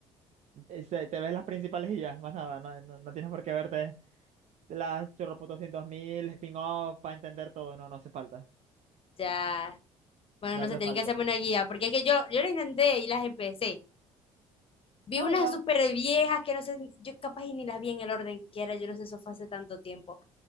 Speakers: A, on the right (about 45°); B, on the left (about 35°).
A: Eh, se- Te ves las principales y ya, más nada, no, no- no tienes por qué verte las chorroputos mil spin-off para entender todo, no, no hace falta,
B: ya. Bueno,
A: no
B: no
A: hace
B: sé, tienen
A: falta.
B: que hacerme una guía, porque es que yo, yo lo intenté y las empecé. Vi
A: Nada,
B: unas súper viejas que no sé, yo capaz y ni las vi en el orden que era, yo no sé, eso fue hace tanto tiempo.